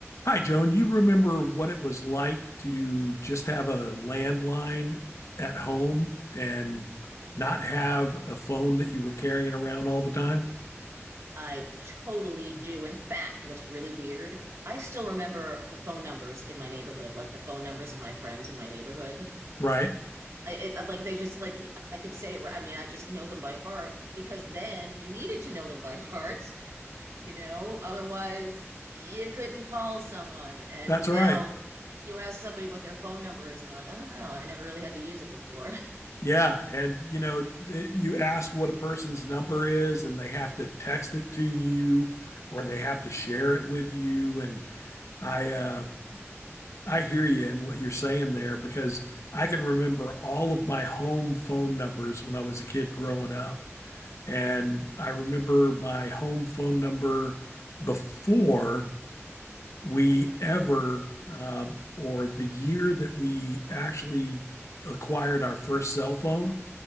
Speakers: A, on the left; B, on the right.
A: Hi, Joan. You remember what it was like to just have a landline at home and not have a phone that you were carrying around all the time?
B: I totally do. In fact, what's really weird, I still remember the phone numbers in my neighborhood, like the phone numbers of my friends in my neighborhood.
A: Right.
B: I it, like they just like I could say it. right- I mean, I just know them by heart because then you needed to know them by heart, you know. Otherwise, you couldn't call someone. And
A: That's all
B: now
A: right.
B: you ask somebody what their phone number is, and they're like, I don't know. I never really had to use it before.
A: Yeah. And, you know, th- you ask what a person's number is and they have to text it to you or they have to share it with you. And I, uh, I hear you in what you're saying there because I can remember all of my home phone numbers when I was a kid growing up. And I remember my home phone number before we ever, uh, or the year that we actually acquired our first cell phone,